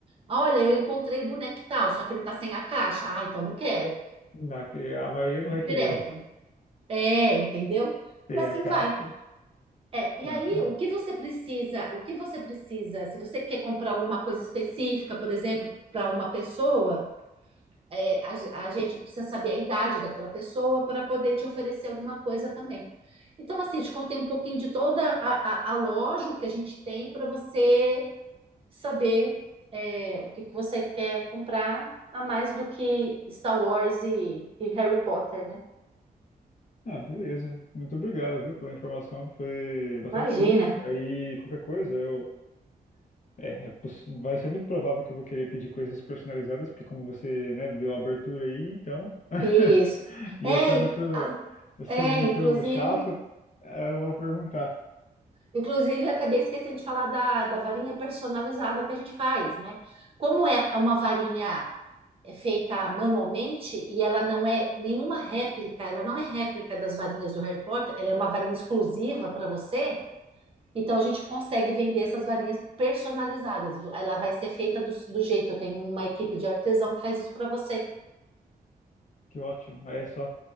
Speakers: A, on the right; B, on the left.
A: Ah, Olha, eu encontrei o boneco tal, só que ele está sem a caixa. Ah, então não quero.
B: Na... A maioria não
A: Direto.
B: vai querer eu
A: É, entendeu?
B: ter
A: E assim
B: a caixa.
A: vai. É, e
B: Ah,
A: aí, o que você precisa, o que você precisa, se você quer comprar alguma coisa específica, por exemplo, para uma pessoa, É, a, a gente precisa saber a idade daquela pessoa para poder te oferecer alguma coisa também. Então, assim, te contei um pouquinho de toda a, a, a loja o que a gente tem para você saber é, o que, que você quer comprar, a mais do que Star Wars e, e Harry Potter, né?
B: Ah, beleza. Muito obrigado, viu, pela informação. Foi bastante
A: Imagina.
B: útil. Aí, qualquer coisa, eu. É, é poss- vai ser muito provável que eu vou querer pedir coisas personalizadas, porque como você, né, me deu a abertura aí, então. <laughs>
A: Isso.
B: E
A: É,
B: eu sou
A: e
B: muito.
A: a-
B: Eu sou
A: é,
B: muito
A: inclusive,
B: chato. Aí Eu vou perguntar.
A: inclusive acabei esquecendo de falar da, da varinha personalizada que a gente faz, né? Como é é uma varinha é feita manualmente e ela não é nenhuma réplica, ela não é réplica das varinhas do Harry Potter, ela é uma varinha exclusiva para você. Então a gente consegue vender essas varinhas personalizadas. Ela vai ser feita do, do jeito. Eu tenho uma equipe de artesão que faz isso para você.
B: Que ótimo. Aí é só.